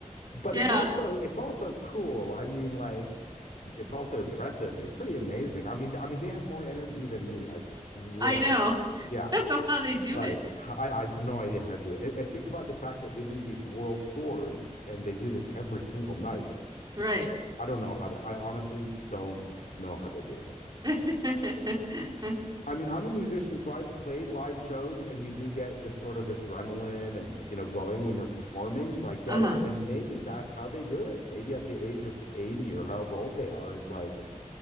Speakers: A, on the left; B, on the right.
A: But
B: Yeah,
A: it's also it's also cool. I mean, like it's also impressive and pretty amazing. I mean, I mean they have more energy than me, I swear.
B: I know. <laughs>
A: Yeah.
B: I don't know how they do
A: Like
B: it.
A: I, I had no idea how to do it. And, and think about the fact that they do these world tours and they do this every single night.
B: Right.
A: It's I don't know how they I honestly don't know how they do it.
B: <laughs>
A: I mean, I'm a musician, so I've played live shows, and you do get this sort of adrenaline and, you know, going when you're performing. So I get
B: Uh-huh.
A: it. And maybe that's how they do it. Maybe at the age of 80 or however old they are, is like